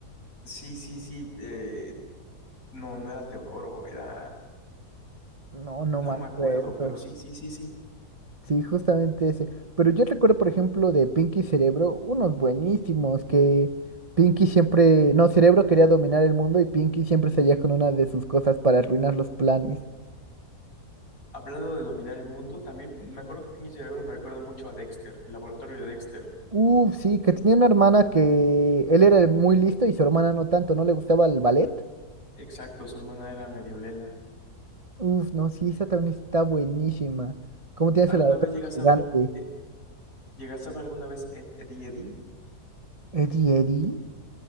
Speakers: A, on the left; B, on the right.
A: Sí, sí, sí. eh, no, no era Teodoro, era...
B: No, no
A: No
B: me
A: me
B: acuerdo.
A: acuerdo, pero sí, sí, sí, sí.
B: Sí, justamente ese. Pero yo recuerdo, por ejemplo, de Pinky Cerebro, unos buenísimos que Pinky siempre, no, Cerebro quería dominar el mundo y Pinky siempre salía con una de sus cosas para arruinar los planes.
A: Hablando de dominar el mundo, también me acuerdo que Pinky Cerebro me recuerda mucho a Dexter, el laboratorio de Dexter.
B: Uf, sí, que tenía una hermana que él era muy listo y su hermana no tanto, no le gustaba el ballet.
A: Exacto, su hermana era medio lela.
B: Uf, no, sí, esa también está buenísima. ¿Cómo tienes
A: ¿Alguna
B: la otra
A: vez llegaste
B: gigante?
A: a ver, eh, llegaste a ver alguna vez Ed, Ed y Eddie?
B: ¿Eddie Eddie?